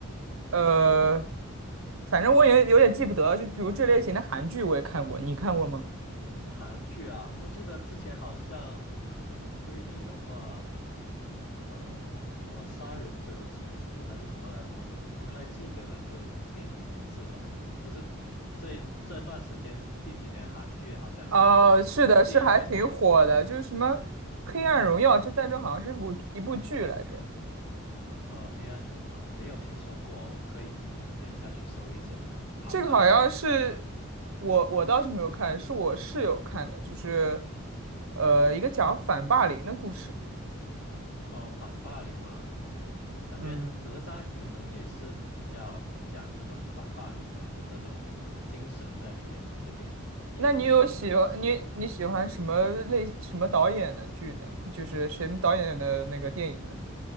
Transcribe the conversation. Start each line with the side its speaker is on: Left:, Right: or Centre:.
Right: 呃，反正我也有点记不得了就比如这类型的韩剧我也看过，你看过吗？
Left: 韩剧啊，我记得之前好像，嗯，推理的话，呃，什么《杀人者的启示录》还是什么来着，我不太记得那个电影名字了。但是这这段时间近几年韩剧好像
Right: 哦，是的，
Left: 很多电影都挺成功的。
Right: 是还挺火的，就是什么《黑暗荣耀》，这在这好像是部一部剧来着。
Left: 呃，《黑暗荣耀》我没有听说过，我可以可能等一下去搜一搜，好看的话我就看下去。
Right: 这个好像是我我倒是没有看，是我室友看的，就是呃一个讲反霸凌的故事。
Left: 哦，反霸凌吗？感觉哪吒可能也是比较讲这种反霸凌的，
Right: 嗯，
Left: 有这种精神在里面的这个电影，你也可以去搜搜。
Right: 那你有喜欢你你喜欢什么类什么导演的剧呢？就是谁导演的那个电影呢？